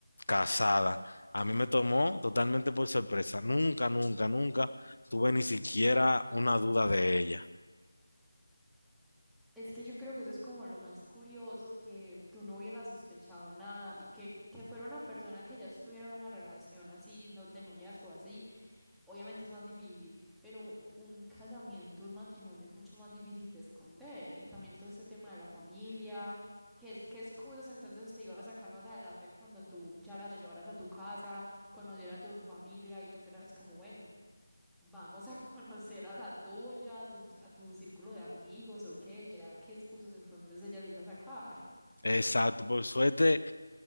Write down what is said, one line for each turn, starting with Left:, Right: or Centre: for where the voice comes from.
Left: casada. A mí me tomó totalmente por sorpresa. Nunca, nunca, nunca tuve ni siquiera una duda de ella.
Centre: Es que yo creo que eso es como lo más curioso, que tú no hubieras sospechado nada y que, que fuera una persona que ya estuviera en una relación así, no, de noviazgo así, obviamente es más difícil, pero un casamiento, un matrimonio es mucho más difícil de esconder y también todo este tema de la familia, qué, qué excusas entonces te iba a sacar más adelante cuando tú ya la llevaras a tu casa, conocieras a tu familia y tú fueras como, bueno. Vamos a <laughs> conocer a la tuya, a tu, a tu círculo de amigos o qué, ya qué excusas entonces ella se iba a sacar.
Left: Exacto, por suerte,